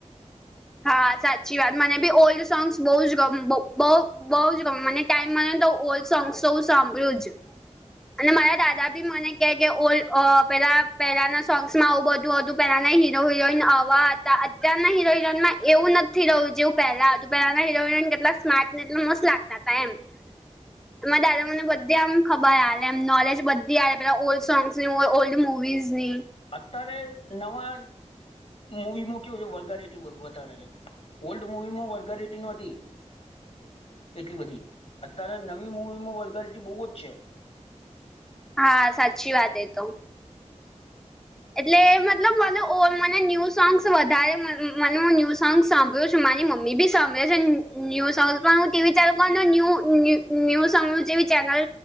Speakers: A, in the centre; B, on the left (about 55°).
A: હા સાચી વાત મને બી ઓલ્ડ સોંગ્સ બહુ જ બહુ. બઉ જ ગમ મને ટાઈમ મલે ન તો ઓલ્ડ સોંગસ તો હુ સાંભળુ જ. અને મારા દાદા ભી મને કે કે, ઓલ્ડ અ પેલા પેલાના સોંગ્સમાં આવ બધું હતું, પેલાના હિ લો હિરોઈન આવા હતા, અત્યારના હિરોઈન હિરોઈનમાં એવું નથી રહ્યું જેવું પહેલા હતું, પહેલાના હીરો-હિરોઈન કેટલા સ્માર્ટને બી મસ્ત લાગતા તા એમ. આમા દાદા મને બધે આમ. ખબર આલે એમ નોલેજ બધી આવે પેલા ઓલ્ડ સોંગ્સ ની ઓલ્ડ મુવીઝ ની.
B: અત્યારે નવા મુવીમાં કેવું છે વલગારીટી વધારે છે. ઓલ્ડ મુવીમાં વલગારીટી નો તી. એટલી બધી અત્યારે નવી મૂવીમાં વલ્ગારિટી બહુ જ છે.
A: હા સાચી વાત એ તો. એટલે મતલબ મને મને ન્યૂ સોંગ્સ વધારે મને ન્યૂ સોંગ્સ. સાંભળ્યું છું મારી મમ્મી બી સાંભળે છે ન્યૂ સોંગ્સ પણ હુ તે વિચારું ન્યુ ન્યુ. ન્યુઝ જેવી ચેનલ.